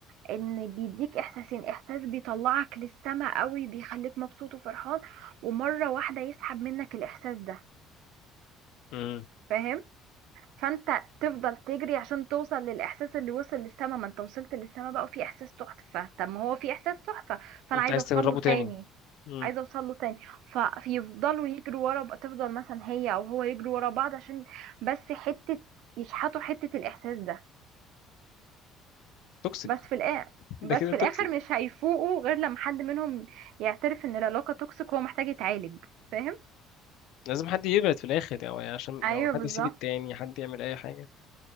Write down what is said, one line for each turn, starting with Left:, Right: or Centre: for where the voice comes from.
Right: ان بيديك احساسين احساس بيطلعك للسما قوي بيخليك مبسوط وفرحان ومرة واحدة يسحب منك الاحساس ده
Left: امم
Right: فاهم فانت تفضل تجري عشان توصل للاحساس اللي وصل للسما ما انت وصلت للسما بقى وفي احساس تحفة طب ما هو في احساس تحفة فانا
Left: انت
Right: عايزة
Left: عايز
Right: اوصل
Left: تجربه
Right: له
Left: تاني
Right: تاني
Left: امم
Right: عايزه اوصل له تاني فيفضلوا يجروا ورا بقى- تفضل مثلا هي او هو يجروا ورا بعض عشان بس حته يشحطوا حته الاحساس ده
Left: توكسيك
Right: بس في الآخر
Left: <laughs> ده
Right: بس
Left: كده
Right: في
Left: توكسيك
Right: الآخر مش هيفوقوا غير لما حد منهم يعترف ان العلاقة توكسيك وهو محتاج يتعالج فاهم
Left: لازم حد يبعد في الآخر يعني يعني عشان
Right: ايوه
Left: يعني حد
Right: بالظبط
Left: يسيب التاني حد يعمل أي حاجة